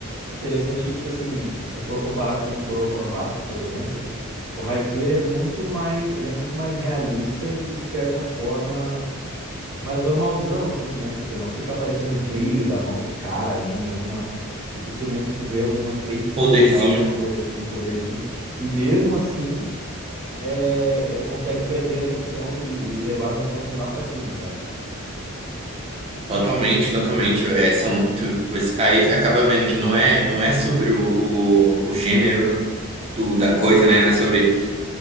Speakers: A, on the right; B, on the right.
A: Interessante que, tipo assim, se você for comparar com o Kuroko no Basket, por exemplo, o Haikyuu ele é muito mais, ele é muito mais realista e de certa forma mais normalzão assim, né? Porque não fica aparecendo brilho da mão dos caras, nem nenhuma, dificilmente tu vê algum efeito especial,
B: poderzinho.
A: alguma coisa assim, poderzinho. E mesmo assim, é, é- consegue prender a atenção e, e- e levar a emoção assim lá pra cima, sabe?
B: Totalmente, totalmente. É, são, tu- você- aí acaba vendo que não é, não é sobre o, o, o gênero do, da coisa, né? Não é sobre